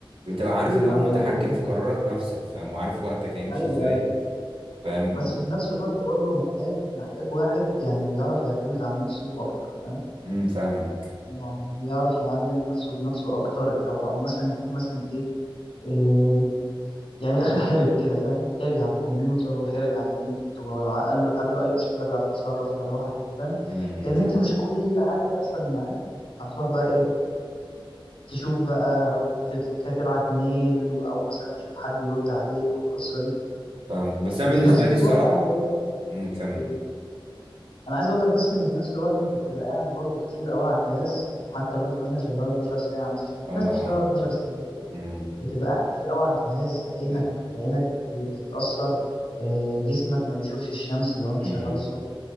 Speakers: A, on the right; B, on the left.
A: بتبقى عارف
B: يبقى
A: اللي هو متحكم
B: بقى هو-
A: في قرارات نفسك فاهم وعارف وقتك هيمشي
B: ايوه
A: ازاي
B: ايوه
A: فاهم
B: بس في نفس الوقت برضه محتاج محتاج واحد يعني بيعرف يعتمد على نفسه اكتر فاهم
A: امم فاهمك
B: يعني بيعرف يعلم نفسه بنفسه اكتر او او مثلا يكون مثلا ايه, إيه يعني من الاخر حرج كده فاهم حرج على الكمبيوتر وحرج على النت ولو قابله قابله اي مشكله بيعرف يتصرف فيها لوحده فاهم
A: امم
B: لان
A: فاهم
B: انت مش كل حاجه بتحصل معاك هتروح بقى ايه تشوف بقى وتبعت ميل او مثلا تشوف حد يرد عليك والقصه دي
A: فاهمك بس انا
B: وفي
A: بالنسبة
B: نفس الوقت
A: لي الصراحة
B: عايز اقول لك
A: امم كمل
B: إيه، انا عايز اقول لك بس ان في نفس الوقت انت بتبقى قاعد برضو كتير قوي على الجهاز حتى لو انت مثلا شغال 12 ساعه مثلا عشان في
A: اه
B: ناس بتشتغل
A: اه
B: 12 ساعه
A: امم
B: بتبقى قاعد كتير قوي على الجهاز عينك
A: ده
B: عينك بت- بتتأثر آه، جسمك ما بيشوفش الشمس لو انت
A: امم
B: شغال الصبح